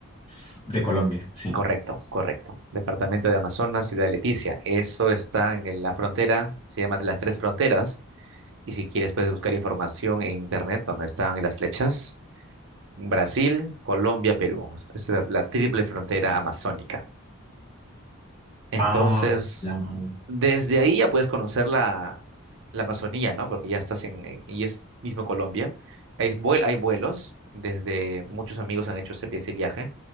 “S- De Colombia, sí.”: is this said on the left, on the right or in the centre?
Left